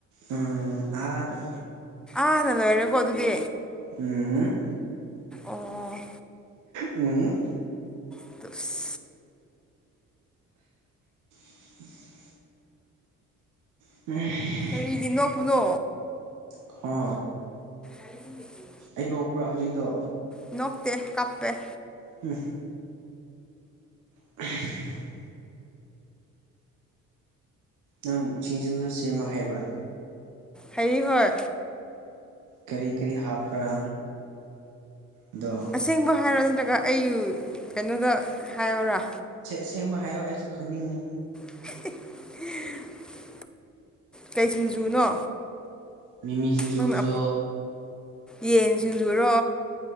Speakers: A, on the right; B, in the centre.
A: ꯎꯝ ꯑꯥꯗ
B: ꯑꯥꯗ ꯂꯩꯔꯦꯀꯣ ꯑꯗꯨꯗꯤ
A: ꯎꯝ
B: ꯑꯣ
A: ꯎꯝ
B: <unintelligible>
A: <inaudible> <unintelligible>
B: ꯀꯔꯤꯒꯤ ꯅꯣꯛꯄꯅꯣ
A: ꯈꯥ
B: <inaudible>
A: ꯑꯩ ꯅꯣꯛꯄ꯭ꯔꯥ ꯍꯧꯖꯤꯛꯗꯣ
B: ꯅꯣꯛꯇꯦ ꯀꯞꯄꯦ
A: ꯎꯝ <unintelligible> ꯅꯪ ꯁꯤꯡꯖꯨꯁꯨ ꯁꯦꯝꯃ ꯍꯩꯕ꯭ꯔꯥ
B: ꯍꯩ ꯍꯣꯏ
A: ꯀꯔꯤ ꯀꯔꯤ ꯍꯥꯞꯄ꯭ꯔꯥ ꯑꯗꯣ
B: ꯑꯁꯦꯡꯕ ꯍꯥꯏꯔꯣ ꯅꯠꯇ꯭ꯔꯒ ꯑꯩ ꯀꯩꯅꯣꯗ ꯍꯥꯏꯔꯣꯔ
A: ꯑꯁꯦꯡꯕ ꯍꯥꯏꯌꯣ ꯑꯩꯁꯨ ꯈꯪꯅꯤꯡꯉꯤ
B: <unintelligible> ꯀꯩ ꯁꯤꯡꯖꯨꯅꯣ
A: ꯃꯤꯃꯤ ꯁꯤꯡꯖꯨꯁꯨ
B: ꯅꯪꯅ ꯌꯦꯟ ꯁꯤꯡꯖꯨꯔꯣ